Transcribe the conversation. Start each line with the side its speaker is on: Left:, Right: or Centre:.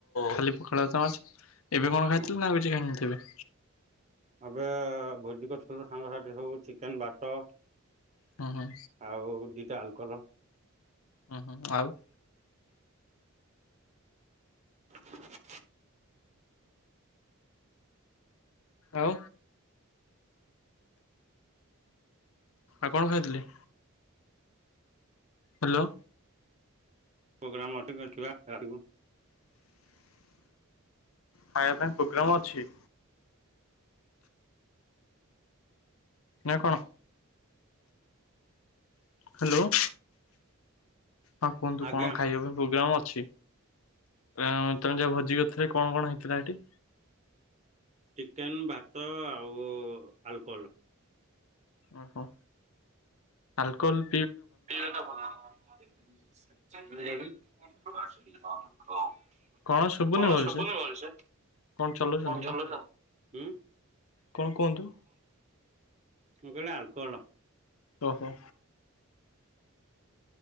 Left: ଖାଲି ପଖାଳଭାତ ମାଛ। ଏବେ କଣ ଖାଇଥିଲେ
Right: ହୁଁ
Left: ନ ଏବେ କିଛି ଖାଇନଥିଲି?
Right: ଏବେ ଭୋଜି କରିଥିଲୁ ସାଙ୍ଗସାଥି ସବୁ ଚିକେନ ଭାତ
Left: ହୁଁ ହୁଁ
Right: ଆଉ ଦିଟା ଆଲକଲ।
Left: ହୁଁ ହୁଁ ଆଉ?
Right: <inaudible>
Left: ଆଉ ଆଉ କଣ ଖାଇଥିଲେ? ହ୍ୟାଲୋ।
Right: ପ୍ରୋଗ୍ରାମ ଅଟଥିବା <unintelligible>
Left: ଖାଇବା ପାଇଁ ପ୍ରୋଗ୍ରାମ୍ ଅଛି। ନା କ'ଣ? ହ୍ୟାଲୋ। ହଁ କୁହନ୍ତୁ
Right: ଆଜ୍ଞା
Left: କ'ଣ ଖାଇବା ପାଇଁ ପ୍ରୋଗ୍ରାମ୍ ଅ ଛି। ଅଁ ତମେ ଯାହା ଭୋଜି କରିଥିଲ କ'ଣ କ'ଣ ହେଇଥିଲା ଏଠି?
Right: ଚିକେନ୍, ଭାତ ଆଉ ଆଲକୋହଲ୍।
Left: ଓ ହୋ ଆଲକୋହଲ୍।
Right: <unintelligible> କ'ଣ ସୁବୁନି ଭଲସେ?
Left: କଣ
Right: କ'ଣ
Left: ଶୁଭୁନି ଭଲସେ
Right: ଚଲୁଛ୍?
Left: କଣ ଚଲଉଛନ୍ତି କି
Right: ହୁଁ?
Left: କ'ଣ କୁହନ୍ତୁ?
Right: ମୁଁ କହିଲି ଆଲକୋହଲ୍।
Left: ଓ ହୋ।